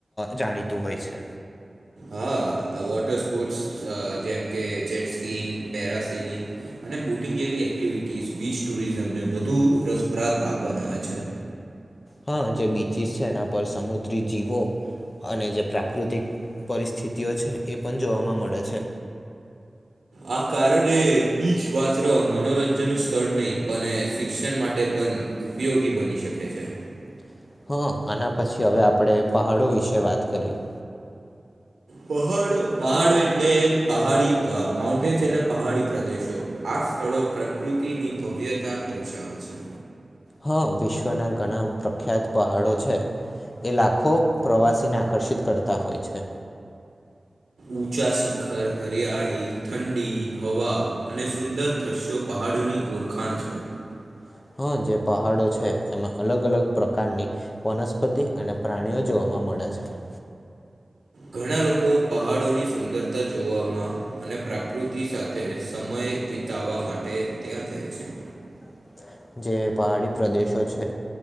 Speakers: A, on the left; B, on the right.
A: જાણીતું હોય છે
B: હા વોટર સ્પોર્ટ્સ જેમ કે જેટ સ્કીિંગ પેરા સિલિંગ અને બોટિંગ જેવી એક્ટિવિટીઝ બીચ ટુરિઝમને વધુ રસપ્રાદ બનાવે છે
A: હા જે બીચીસ છે એના પર સમુદ્રી જીવો અને જે પ્રાકૃતિક પરિસ્થિતિઓ છે. એ પણ જોવાવામાં મળે છે.
B: આ કારણે બીચ માત્ર મનોરંજનનું સ્થળ નહીં પણ શિક્ષણ માટે પણ ઉપયોગી બની શકે છે
A: <inaudible> હા આના પછી હવે આપણેે પહાડો વિશે વાત કરીએ
B: પહાડ પહાડો એટલે પહાડી માઉન્ટેન્સ એટલે પહાડી પ્રદેશો આ આ સ્થળો પ્રકૃતિની ભવ્યતા દર્શાવે છે
A: હા વિશ્વના ઘણા પ્રખ્યાત પહાડો છે એ લાખો પ્રવાસીને આકર્ષિત કરતા હોય છે
B: ઊંચા શિખર હરિયાળી ઠંડી હવા અને સુંદર દ્રશ્યો પહાડીોની ઓળખાણ છે
A: <inaudible> જે પહાડો છે એમાં અલગ અલગ પ્રકારની વનસ્પતિ અને પ્રાણીઓ જોવાવામાં મળે છે <unintelligible>
B: ઘણા લોકો પહાડોની સુંદરતા જોવામાં અને પ્રાકૃતિ સાથે સમય વિતાવા માટે ત્યાં જાય છે
A: <inaudible> જે પહાડી પ્રદેશો છે